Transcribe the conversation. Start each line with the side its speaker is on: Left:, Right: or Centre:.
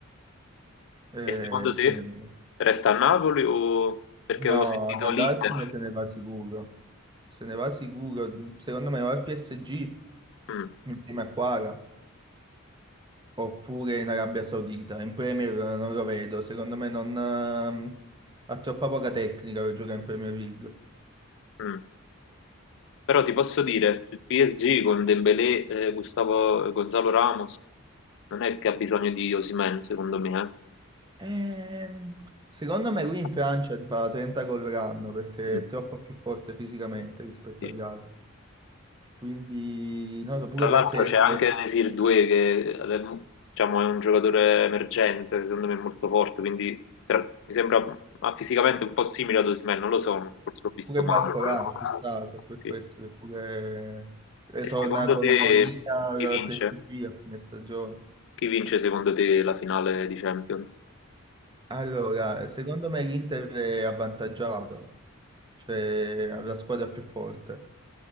Right: E
Left: E secondo
Right: bisogna
Left: te
Right: vedere.
Left: resta a Napoli o perché
Right: No,
Left: avevo sentito
Right: ad andarsene
Left: l'Inter?
Right: se ne va sicuro. Se ne va sicuro. Secondo me va al PSG
Left: Mm,
Right: insieme a Quara, oppure in Arabia Saudita. In Premier non lo vedo, secondo me non, ehm, ha troppa poca tecnica per giocare in Premier League.
Left: mm. Però ti posso dire, il PSG con Dembélé, eh, Gustavo, Gonzalo Ramos non è che
Right: Sì.
Left: ha bisogno di Osimhen, secondo me,
Right: Ehm, secondo me
Left: eh.
Right: lui in Francia ti fa 30 gol l'anno perché
Left: Mm.
Right: è troppo più forte fisicamente rispetto
Left: Sì.
Right: agli altri. Quindi, non lo so, pure
Left: Tra l'altro
Right: perché
Left: c'è anche Desir 2 che adem- diciamo, è un giocatore emergente, secondo me molto forte, quindi tra- mi sembra ma fisicamente un po' simile ad Osimhen, non lo so, forse l'ho visto
Right: pure
Left: male.
Right: Barcolà
Left: però-
Right: ci sta, se per
Left: sì.
Right: questo che pure eh,
Left: E
Right: torna
Left: secondo
Right: Colomonia
Left: te
Right: al
Left: chi vince?
Right: PSG a fine stagione.
Left: Chi vince secondo te la finale di Champions?
Right: Allora, secondo me l'Inter è avvantaggiato, cioè ha la squadra più forte,